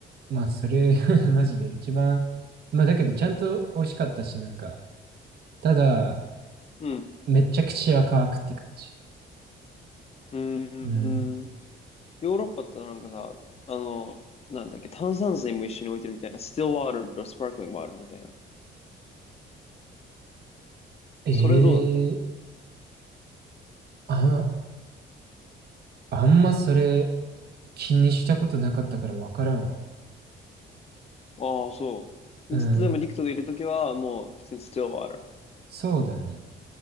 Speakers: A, on the right (about 55°); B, on the left (about 30°).
A: まあ、それ <laughs> マジで一番、まあ、だけど、ちゃんと美味しかったし、なんか、ただ、
B: う。うん。
A: めっちゃ口は乾くって感じ。
B: うん。
A: うん。
B: ヨーロッパってなんかさ、あの、なんだっけ、炭酸水も一緒に置いてるみたいな、スティルワールとスパークリングワールみたいな。
A: ええ
B: それどうだったの
A: あ、あんまそれ気にしたことなかったからわからんわ。
B: ああ、そう。
A: うん。
B: ずっとでも陸クトがいるときは、もう、普通にスティルワール。
A: そうだね。